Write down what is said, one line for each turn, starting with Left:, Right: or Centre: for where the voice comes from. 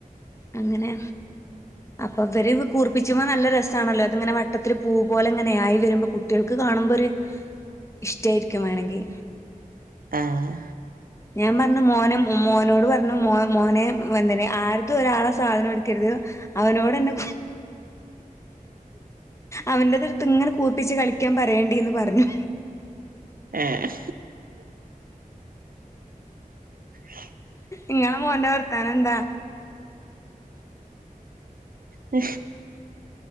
Left: അങ്ങനെ അപ്പൊ ഇവര് കൂർ പിച്ചുമ്പോ നല്ല രസാണല്ലോ അത്ങ്ങനെ വട്ടത്തില് പൂ പോലെങ്ങനെ ആയി വെരുമ്പോ കുട്ട്യെൾക്ക് കാണുമ്പൊര് ഇഷ്ട്ടേയിരിക്കും വേണെങ്കി.
Right: ആഹ്
Left: ഞാം പർഞ്ഞ് മോനും മ് മോനോട് പർ ന് മോ മോനെ വന്തനെ ആര്തും ഒരാളെ സാധനൂട്ക്കര്ത് അവനോടെന്നെ അവന്റെത്ത്ട്ത്ങ്ങെ കൂർപ്പിച്ച് കളിക്ക്യാൻ പറയേണ്ടിന്ന് പർഞ്ഞു.
Right: ഏഹ് ആ
Left: ഇങ്ങളെ മോന്റെ വർത്താനെന്താ?
Right: അ